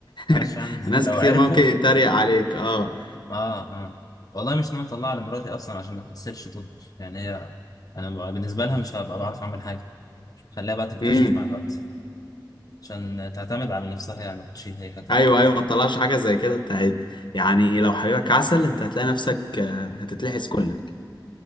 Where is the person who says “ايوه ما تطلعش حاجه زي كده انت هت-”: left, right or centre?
Left